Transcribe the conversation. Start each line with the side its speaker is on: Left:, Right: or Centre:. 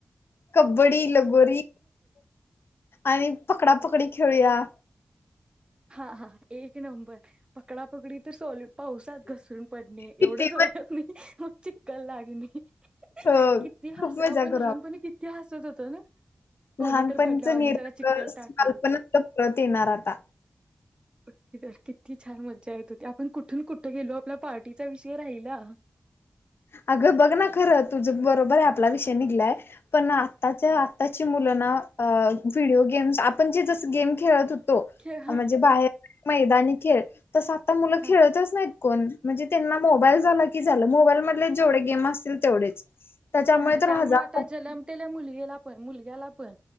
Left: कबड्डी, लगोरी, आणि पकडापकडी, खेळूया
Right: हा हा, एक नंबर! पकडापकडी तर चालूच. पावसात घसरून पडणं
Left: किती
Right: एवढंच वाईट
Left: पण
Right: नसतं, मग चिखल लागणं तर आलंच.
Left: अ
Right: किती हसायचो
Left: खूप मजा
Right: आपण!
Left: करू
Right: लहानपणी किती हसायचो ना?
Left: आपण
Right: कोणी
Left: लहानपणीच
Right: तरी बदलावा आणि
Left: निरागस
Right: ज्याला चिकल टाकायचं
Left: बालपण आपलं परत येणार आता.
Right: पक्की धर किती छान मजा येत होती, आपण कुठून कुठं गेलो, आपलं पाठीचा विषय राहिला.
Left: अगं बघ ना, खरं तुझं बरोबर आहे. आपला विषय निघालाय, पण आत्ताच्या आत्ता. मुलं ना व्हिडओ गेम् आपण जे जस गेम खेळत होतो
Right: खेळ हा
Left: म्हणजे बाहेर मैदानी खेळ तस आता मुलं
Right: हा
Left: खेळतच नाही कोण म्हणजे त्यांना मोबाईल झाला की झाला मोबाईल मधले जेवढे गेम असतील तेवढेच त्याच्यामुळे
Right: हा
Left: तर
Right: त्यामुळे
Left: हजार
Right: आता जलमतेल्या मुलगीला पण मुलग्याला पण